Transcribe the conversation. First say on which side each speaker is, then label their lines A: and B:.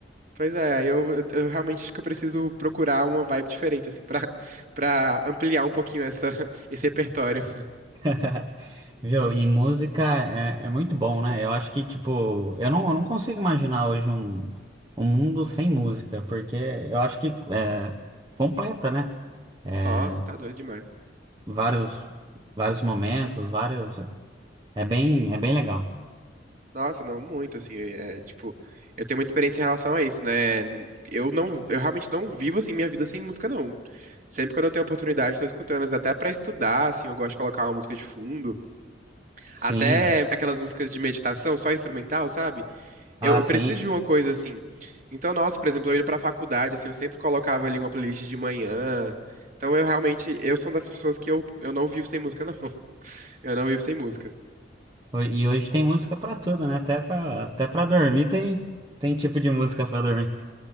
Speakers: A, on the right; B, on the right.
A: Pois é, eu, eu- eu realmente acho que eu preciso procurar uma vibe diferente, assim, pra, <laughs> pra ampliar um pouquinho essa, <laughs> esse repertório.
B: <laughs> Viu? E música é, é muito bom, né? Eu acho que, tipo, eu não, eu não consigo imaginar hoje um, um mundo sem música, porque eu acho que é, completa, né? É,
A: Nossa, tá doido demais.
B: Vários, vários momentos, vários. É bem, é bem legal.
A: Nossa, não, muito, assim, é, é, tipo, eu tenho muita experiência em relação a isso, né? Eu não, eu realmente não vivo, assim, minha vida sem música, não. Sempre quando eu tenho oportunidade, eu tô escutando, mas até pra estudar, assim, eu gosto de colocar uma música de fundo.
B: Sim,
A: Até aquelas músicas de meditação, só instrumental, sabe?
B: ah,
A: Eu, eu
B: sim.
A: preciso de uma coisa, assim. Então, nossa, por exemplo, eu indo pra faculdade, assim, eu sempre colocava ali uma playlist de manhã. Então, eu realmente, eu sou uma das pessoas que eu, eu não vivo sem música, não. <laughs> Eu não vivo sem música.
B: Ho- E hoje tem música pra tudo, né? Até pra, até pra dormir tem, tem tipo de música pra dormir.